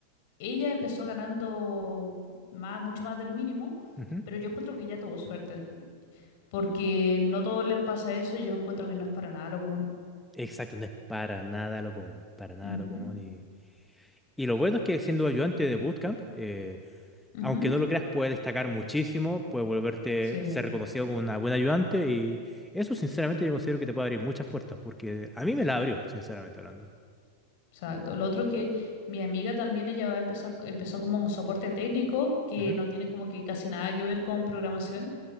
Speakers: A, on the left; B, in the centre.
A: ella empezó ganando más, mucho más del mínimo,
B: ujú.
A: pero yo encuentro que ella tuvo suerte, porque no todos les pasa eso y yo encuentro que no es para nada lo común.
B: Exacto, no es para nada lo común, para nada
A: Ujú,
B: lo común. Y, y lo bueno es que siendo ayudante de bootcamp, eh,
A: ujú.
B: aunque no lo creas, puede destacar muchísimo, puede volverte,
A: Sí,
B: ser reconocido como una buena ayudante y eso sinceramente yo considero que te puede abrir muchas puertas porque a mí me la abrió, sinceramente hablando.
A: exacto. Lo otro es que mi amiga también ella va a empezar, empezó como un soporte técnico que
B: Ujú,
A: no tiene como que casi nada que ver con programación.